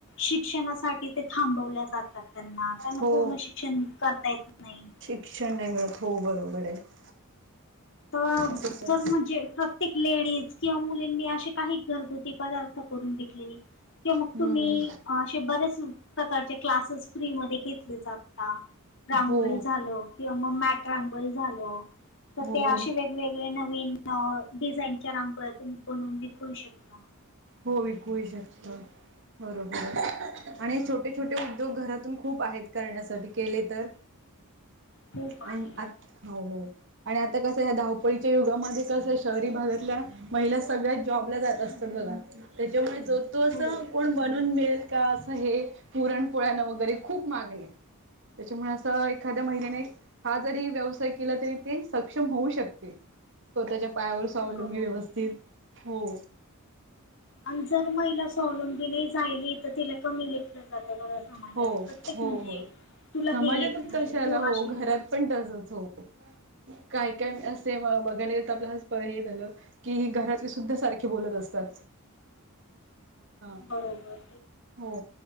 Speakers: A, on the left (about 60°); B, on the right (about 55°).
A: शिक्षणासाठी ते थांबवल्या जातात त्यांना त्यांना
B: हो
A: पूर्ण शिक्षण करता येत नाही
B: किक्षण नाही मिळत हो बरोबर आहे
A: तर
B: असंच आहे
A: जर म्हणजे प्रत प्रत्येक लेडीज किंवा मुलींनी असे काही घरगुती पदार्थ करून विकले कि मग
B: हम्म
A: तुम्ही असे बरेच प्रकारचे क्लासेस फ्री म घेतले जातात रांगोळी
B: हो
A: झाल किंवा मग मॅट रांगोळी झाल
B: हो
A: ते असे वेगवेगळे नवीन डिझाईनच्या रांगोळ्यातून बनवून विकू शकता
B: हो विकू शकत बरोबर आणि छोटे छोटे उद्योग घरातून खूप आहेत करण्यासाठी केलेत तर
A: खूप आहे
B: अ आ हो हो आणि आता कसं या धावपळीच्या युगामध्ये कसं शहरी भागातल्या महिला सगळ्या जॉबला जात असतात बघा त्याच्यामुळे जो तो असं
A: हो
B: कोण बनून मेळेल कां हे पुरण पोळ्यानं वगैरे खूप मागणी आहे त्याच्यामुळे असं एखाद्या महिन्याने हा जरी व्यवसाय केला तरी ते सक्षम होऊ शकते स्वतःच्या पायावर स्वावलंबी
A: बरोबर
B: व्यवस्थित हो
A: आणि जर महिला सवलंबी नाही जायली तर तिला कमी लेखलं जातं बघ समाजात
B: हो
A: प्रत्येक
B: हो
A: म्हणजे
B: हो
A: तुला
B: समाजातच
A: हे येत नाही
B: कशाला
A: तू
B: हो
A: अशी
B: घरात पण तसच हो काय काय
A: हो
B: असे बघायला ग तर आपला हे झालं की घरातले सुद्धा सारखे बोलत असतात. हा.
A: बरोबर,
B: हो